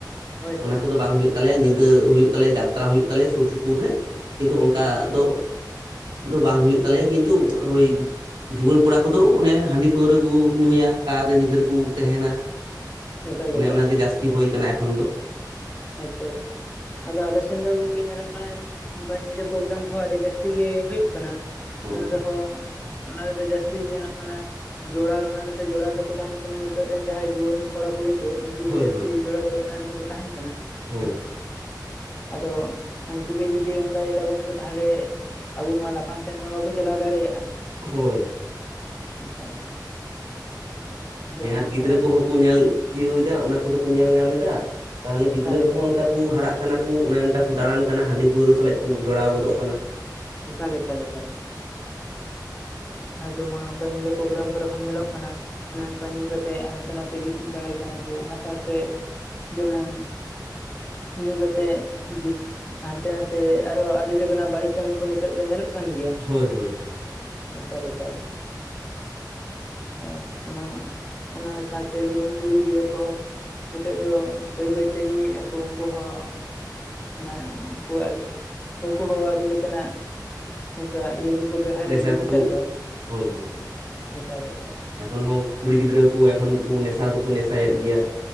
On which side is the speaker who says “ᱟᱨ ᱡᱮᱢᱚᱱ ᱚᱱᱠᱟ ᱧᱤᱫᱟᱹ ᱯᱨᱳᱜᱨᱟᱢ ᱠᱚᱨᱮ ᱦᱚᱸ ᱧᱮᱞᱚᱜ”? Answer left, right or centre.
Left